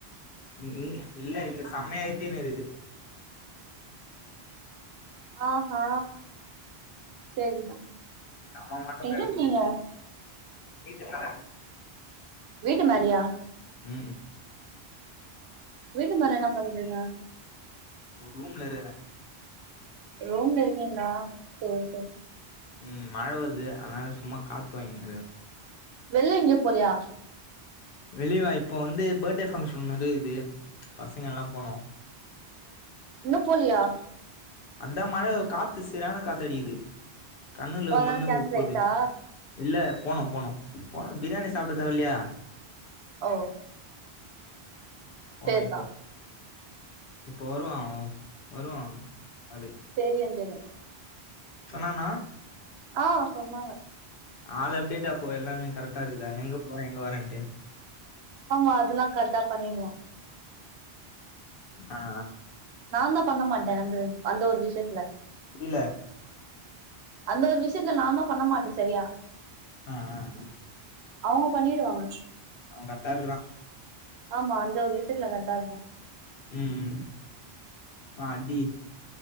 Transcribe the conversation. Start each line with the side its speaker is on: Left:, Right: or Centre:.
Left: ம் இல்ல இங்க செம்மையா இருட்டின் இருக்குது <inaudible>
Right: ஆ ஹா செரிதா
Left: செம மழ
Right: எங்க
Left: பெய்து
Right: இருக்கீங்க
Left: வீட்டு மேல
Right: வீட்டு மேலயா
Left: ம்
Right: வீட்டு மேல என்ன பண்றீங்க
Left: ஒர் ரூம்ல இருக்கிறே
Right: ரூம்ல இருகீங்களா சேர் சேர்
Left: ம் மழ வருது அதனால சும்மா காத்து வாங்கின்னு இருக்கிறே
Right: வெள்ய எங்கேயு போலையா
Left: வெளிவா இப்போ வந்து பர்டே ஃபங்க்ஷன் நெறய இருக்குது பசங்க எல்லா போனோ
Right: இன்னு போலயா
Left: அதா மழ காத்து செரியான காத்தடிக்குது கண்ணுல
Right: அதனால
Left: மண்ணு
Right: கேன்சல்
Left: உள் போது
Right: ஆயிட்டா
Left: இல்ல போனு போனு போனு பிரியாணி சாப்பிட தேவ இல்லையா
Right: ஓ
Left: போனு
Right: சேர்தா
Left: இப்போ இப்ப வருவா அவ வருவா ஆளு
Right: சேரி அஞ்சனா
Left: சொன்னானா
Right: ஆ சொன்னாங்க
Left: ஆள் அப்டேட்டா போவே எல்லாமே கரெக்டா இருக்குதா எங்க போறே எங்க வாரேன்ட்டு
Right: ஆமா அதெல்லா கரெக்டா பண்ணிருவா
Left: ஆ ஆ
Right: நாந்தா பண்ண மாட்ட அந்த அந்த ஒரு விஷ்யத்ல
Left: புரில்ல
Right: அந்த ஒரு விஷயத்துல நா தா பண்ண மாட்டே சரியா
Left: ஆ ஆ
Right: அவங்க பண்ணிருவாங்க
Left: அவ கரெட்டார்க்குறா
Right: ஆமா அந்த ஒரு விஷயத்துல கரெட்டார்ப்பா
Left: உம் உம் அடி